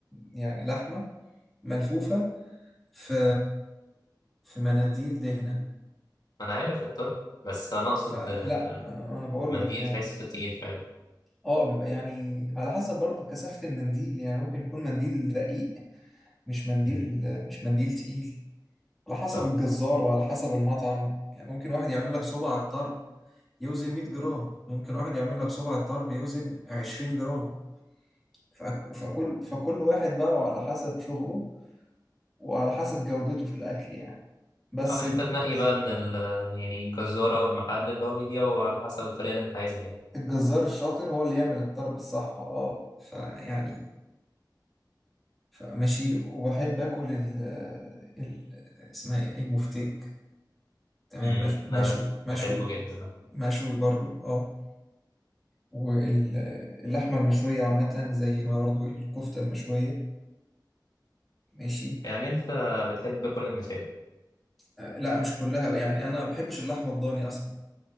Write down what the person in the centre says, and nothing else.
يعني لحمة ملفوفة في في مناديل دهنة
فلا
أنا أنا بقول
لك يعني
اه بيبقى يعني على حسب برضه كثافة المنديل يعني ممكن يكون منديل رقيق مش منديل
مش منديل تقيل على حسب
الجزار وعلى حسب المطعم يعني ممكن واحد يعمل لك صوبة على الطرب يوزن 100 جرام ممكن واحد يعمل لك صباع الطرب يوزن 20 جرام فك- فكل فكل واحد بقى وعلى حسب شغله وعلى حسب جودته في الأكل يعني بس
الج-
الجزار الشاطر هو اللي يعمل الطرب الصح اه فيعني فماشي وبحب اكل ال ال اسمها ايه البفتيك تمام
مش-
مشوي مشوي
مشوي برضو اه واللحمة المشوية عامة زي ما برضو الكفتة المشوية ماشي
لا مش كلها يعني انا ما بحبش اللحمه الضاني اصلا